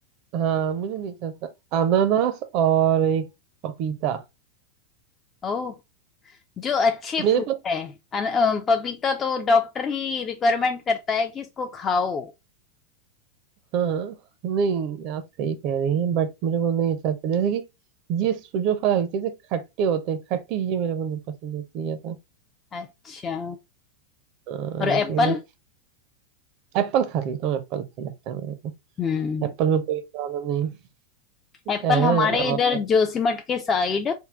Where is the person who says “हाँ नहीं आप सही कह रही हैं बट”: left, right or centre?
Right